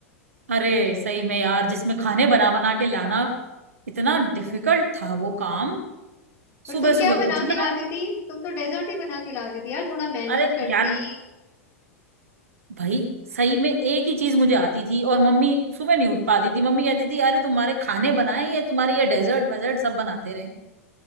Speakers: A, on the right; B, on the left.
A: अरे सही में यार जिसमें खाने बना बना के लाना इतना डिफिकल्ट था वो काम
B: पर
A: सुबह
B: तुम
A: सुबह
B: क्या बना
A: उठना
B: के लाती थी तुम तो डेजर्ट ही बना के लाती थी यार थोड़ा मेहनत
A: अरे
B: करती
A: यार भाई सही में एक ही चीज मुझे आती थी और मम्मी सुबह नहीं उठ पाती थी मम्मी कहती थी अरे तुम्हारे खाने बनाए ये तुम्हारे ये डेजर्ट वेजर्ट सब बनाते रहे